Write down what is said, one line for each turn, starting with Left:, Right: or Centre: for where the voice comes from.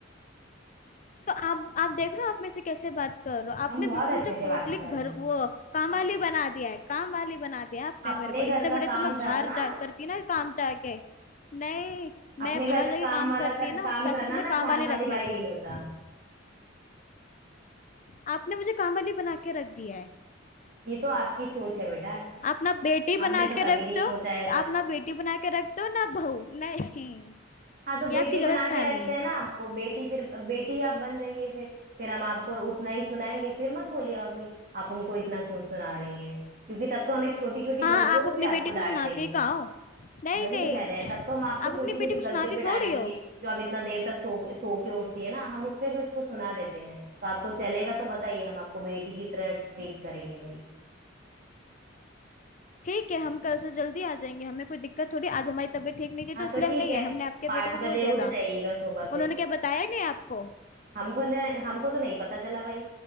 Left: तो आप आप देख रहे हो आप में से कैसे बात कर रहे हो आपने
Right: हम बहुत
Left: बिल्कुल
Right: अच्छे
Left: मुझे
Right: से
Left: टोटली
Right: बात कर
Left: घर
Right: रहे हैं
Left: वो काम वाली
Right: हाँ
Left: बना दिया है काम वाली बना दिया है आपने
Right: अपने
Left: मेरे को इससे
Right: घर का
Left: बड़े
Right: काम
Left: तो मैं
Right: करना
Left: बाहर जा करती ना काम जाके नहीं मैं
Right: अपने
Left: बाहर
Right: घर का
Left: जाके
Right: काम
Left: काम
Right: वाला
Left: करती
Right: कर,
Left: ना
Right: काम
Left: उस पैसों
Right: करना
Left: से मैं
Right: ना
Left: काम
Right: काम
Left: वाली
Right: वाली
Left: रख लेती
Right: बाई नहीं होता
Left: आपने मुझे काम वाली बना के रख दिया है
Right: ये तो आपकी सोच है बेटा
Left: आप ना बेटी बना
Right: हमने तो
Left: के
Right: कभी
Left: रखते
Right: नहीं
Left: हो
Right: सोचा ऐसा
Left: आप ना बेटी बना के रखते हो ना बहू नहीं
Right: हाँ तो
Left: ये
Right: बेटी
Left: आपकी गलत
Right: बना
Left: फहमी
Right: के रखते
Left: है
Right: हैं ना आपको बेटी फिर बेटी आप बन जाइए फिर फिर हम आपको उतना ही सुनाएंगे फिर मत बोलिएगा कि आप हमको इतना क्यों सुना रही हैं क्योंकि तब तो हम एक छोटी छोटी
Left: हाँ
Right: गलतियों
Left: आप
Right: में
Left: अपनी
Right: भी
Left: बेटी
Right: आपको
Left: को
Right: डांट
Left: सुनाते
Right: देंगे
Left: कहाँ हो नहीं
Right: वही
Left: नहीं
Right: तो कह रहे हैं तब तो हम आपको
Left: आप अपनी
Right: छोटी छोटी
Left: बेटी को सुनाती
Right: गलतियों पे डांट
Left: थोड़ी
Right: देंगे
Left: हो
Right: जो आप इतना देर तक सो के सो के उठती है ना हम उस पे भी उसको सुना देते हैं तो आपको चलेगा तो बताइए हम आपको बेटी की तरह ट्रीट करेंगे भाई
Left: ठीक है हम कल से जल्दी आ जाएंगे हमें कोई दिक्कत थोड़ी आज हमारी तबीयत ठीक नहीं थी
Right: हाँ
Left: तो इसलिए
Right: तो ठीक
Left: हम नहीं
Right: है
Left: आए हमने आपके
Right: पाँच
Left: बेटे को बोल
Right: बजे
Left: दिया
Right: उठ
Left: था
Right: जाइएगा सुबह फिर
Left: उन्होंने क्या बताया ही नहीं आपको
Right: हमको न हमको तो नहीं पता चला भाई